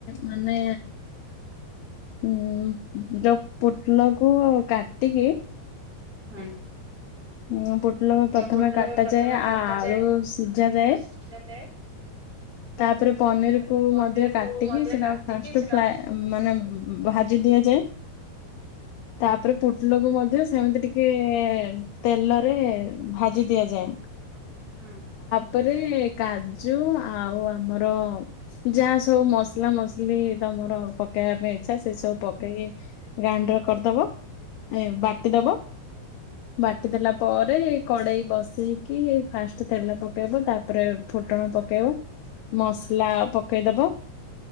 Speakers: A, on the left; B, in the centre.
A: ମାନେ ଉଁ ଯୋଉ ପୋଟଲୋ କୁ କାଟିକି
B: <unintelligible>
A: ଉଁ ପୋଟଲୋ ପ୍ରଥମେ
B: ପୋଟଳ
A: କାଟାଯାଏ।
B: ପ୍ରଥମେ କାଟାଯାଏ
A: ଆଳୁ ସିଝା ଯାଏ।
B: ମଜା ଥାଏ
A: ତାପରେ ପନିରିକୁ
B: ତାପରେ ପନିରକୁ
A: ମଧ୍ୟ କାଟିକି
B: ମଝିରେ
A: ସେଟା
B: କାଟିକି
A: ଫାଷ୍ଟ
B: ସେଟା
A: ପ୍ଲାଏ ଉଁ ମାନେ ଭାଜିି ଦି ଦିଆଯାଏ ତାପରେ ପୁ ଟୋଲୋକୁ ମଧ୍ୟ ସେମିତି ଟିକେ ତେଲରେ ଭାଜି ଦିଆଯାଏ।
B: ହୁଁ।
A: ପରେ କାଜୁ ଆ ଆଉ ଆମର ଯାହା ସବୁ ମସଲା ମସଲି ତମର ପ ପକେଇବା ପାଇଁ ଇଛା ସେ ସବୁ ପକେଇକି ଗାଇଣ୍ଡର କରିଦବ ଏଁ ବାଟିଦବ। ବାଟି ଦେଲା ପରେ କଡେଇ ବସ ଦେଇକି ଫାଷ୍ଟ ତେଲ ପକେଇବ ତାପରେ ଫୁଟଣ ପକେଇବ ମସଲା ପକେଇଦବ।